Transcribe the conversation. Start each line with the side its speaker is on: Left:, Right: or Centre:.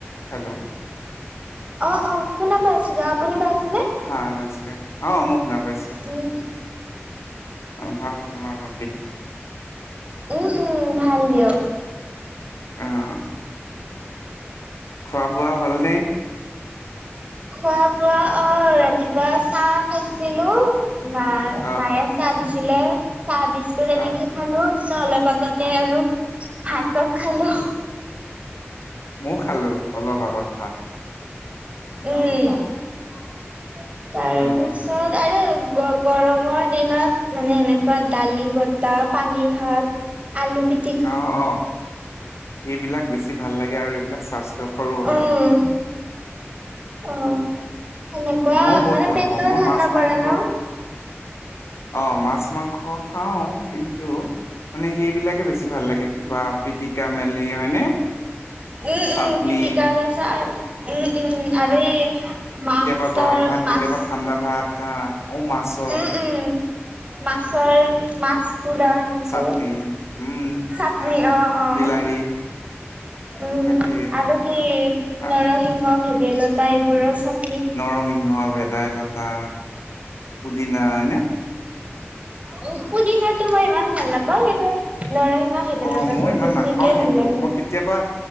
Left: হেল্ল'।
Right: অ', অ'শুনা পাইছো দিয়ক আপুনি পাইছেনে?
Left: হা নমস্কাৰ। অ', মই শুনা পাইছো
Right: উম।
Left: অ', ভাল তোমাৰ ভন্তি।
Right: উম, উম ভাল দিয়ক।
Left: অ'। খোৱা বোৱা হ'ল নে?
Right: খোৱা বোৱা অ', ৰাতিপুৱা চাহ খাইছিলো মা
Left: আহ
Right: মায়ে চাহ দিছিলে চাহ বিস্কুট এনেকে
Left: আহ
Right: খালো। অলপ আগতে আৰু ভাতো খালো।
Left: মই খালো অলপ আগত ভাত।
Right: উম, তাৰপিছত তাৰপিছত
Left: আহ
Right: আৰু গ-গৰমৰ দিনত মানে এনেকুৱা দালি বটাাহ পানী ভাত। আলু পি
Left: অ', অ' সেইবিলাক বেছি ভাল লাগে আৰু এইবিলাক স্বাস্থ্যকৰৰো হয়।
Right: উম, অ', সেনেকুৱা
Left: মইও বহুত
Right: মানে
Left: ভাল
Right: পেটটোও
Left: পাওঁ মই
Right: ঠাণ্ডা
Left: মাছ মাংস
Right: পৰে ন?
Left: অ', মাছ, মাংস খাও কিন্তু মানে সেইবিলাকে বেছি ভাল লাগে। কিবা পিটিকা মেলি হয়নে।
Right: উম,
Left: চাটনি
Right: উম কিতি কা ত আ চ উম উম, উম আৰু মাছৰ
Left: কেতিয়াবা গৰম ভাত,
Right: মাছ
Left: কেতিয়াবা ঠাণ্ডা ভাত অ অ', মাছ।
Right: উম, উম মাছৰ মাছ পোৰা। কে
Left: চাটনি উম
Right: চাটনি
Left: হয় হয়
Right: অ', অ'।
Left: বিলাহী
Right: উম
Left: তাকে
Right: আৰু সেই
Left: আৰু
Right: নৰসিংহ ভেদাইলতা এইবোৰৰ চ
Left: নৰসিংহ, ভেদাইলতা, পুদিনা হয় নে।
Right: উম, পুদিঙটো মই ইমান ভাল নাপাওঁ কিন্তু নৰসিংহ ভেদাইলতা
Left: অ মই
Right: টো
Left: ইমান
Right: বেছিকে
Left: নাখাও কিন্তু
Right: ভাল লাগে।
Left: মই কেতিয়াবা